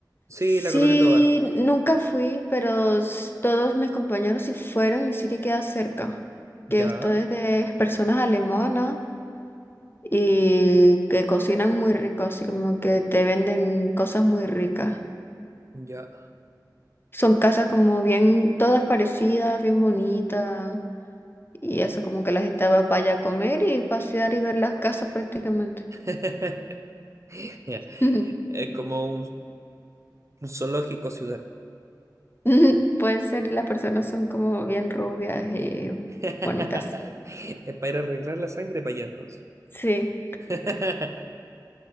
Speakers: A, on the right; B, on the left.
A: Sí,
B: Sí,
A: la colonia Tovar.
B: nunca fui, pero s- todos mis compañeros sí fueron y sé que queda cerca.
A: Ya,
B: Que esto es de personas alemanas y que cocinan muy rico, así como que te venden cosas muy ricas.
A: ya.
B: Son casas como bien, todas parecidas, bien bonitas. Y eso como que la gente va para allá a comer y pasear y ver las casas prácticamente.
A: <laughs> Ya.
B: <laughs>
A: Es como un, un zoológico ciudad.
B: <laughs> Puede ser, y las personas son como bien rubias y
A: <laughs>
B: bonitas.
A: Es para ir a arreglar la sangre para allá entonces.
B: Sí.
A: <laughs>